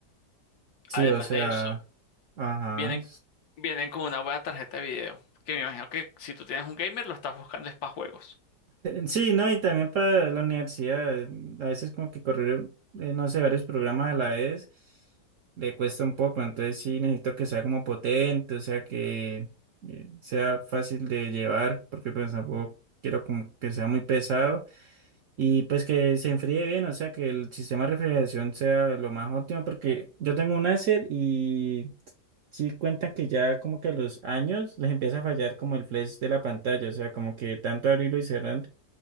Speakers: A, on the right; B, on the left.
A: sí,
B: Además
A: o sea,
B: de eso,
A: ajá.
B: Vienen, vienen con una buena tarjeta de video. Que me imagino que si tú tienes un gamer, lo estás buscando es para juegos.
A: Sí, no, y también para la universidad, eh, a veces como que correr, eh, no sé, varios programas a la vez le cuesta un poco, entonces sí necesito que sea como potente, o sea, que eh, sea fácil de llevar, porque pues tampoco quiero como que sea muy pesado y pues que se enfríe bien, o sea, que el sistema de refrigeración sea lo más óptimo, porque yo tengo un Acer y sí cuentan que ya como que a los años les empieza a fallar como el flash de la pantalla, o sea, como que tanto abrirlo y cerrar